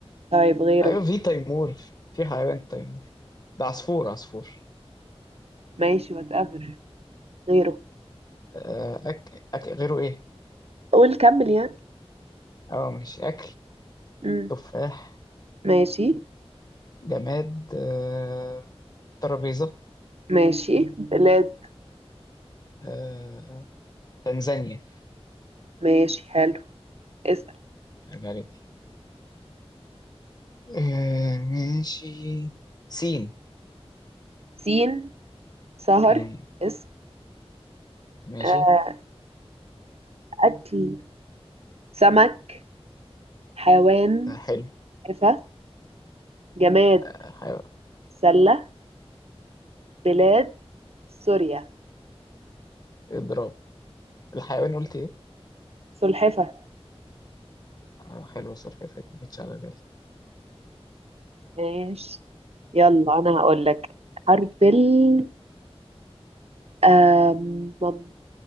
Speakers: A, on the right; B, on the left.
A: طيب غيره
B: ايوه في تيمور في حيوان تيمور ده عصفور عصفور
A: ماشي واتقبل غيره
B: آه، أك... أك... غيره إيه؟
A: قول كمل يعني
B: أه مش أكل
A: مم.
B: تفاح
A: ماشي
B: جماد آه، ترابيزة
A: ماشي بلاد
B: آه، تنزانيا
A: ماشي حلو اسأل
B: عيب عليك آه، ماشي سين
A: سين سهر
B: مم،
A: اسم
B: ماشي
A: آه، أكل سمك حيوان
B: ده حلو
A: حفا جماد
B: آه، حيو...
A: سلة بلاد سوريا
B: إضراب الحيوان قلت إيه؟
A: سلحفة
B: آه، حلوة سلحفاة دي مش على بالي
A: ماشي يلا انا هقول لك حرف ال آم، مم-